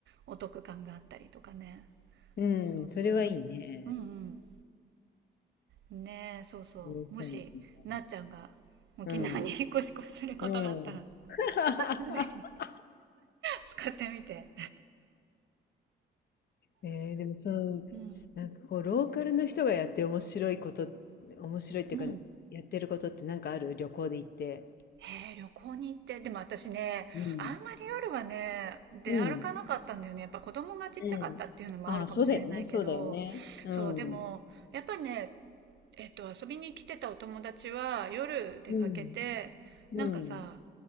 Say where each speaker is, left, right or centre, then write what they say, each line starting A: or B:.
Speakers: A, on the right; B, on the left.
A: お得感があったりとかね。
B: うん、
A: そうそ
B: それはいいね。
A: う。うんうん。ねえ、そうそう。
B: う
A: もし、なっちゃんが沖縄に引っ越しすることがあったら、
B: ん、うん。<laughs>
A: <laughs> ぜひ使ってみて。
B: えー、でもその、
A: うん。
B: なんかこう、ローカルの人がやって面白いこと、面白いっていうか、
A: うん。
B: やってることってなんかある旅行で行って。
A: へえ、旅行に行って、でも私ね、
B: うん、
A: あんまり夜はね、出歩かなかったんだよね。
B: うん、
A: やっぱ子供がちっちゃかったっていうのもあるかもしれないけど、
B: うん。ああ、そうだよね、そうだよね。うん。
A: そう、でも、やっぱりね、えっと、遊びに来てたお友達は夜出かけて、
B: うん。うん。
A: なんかさ、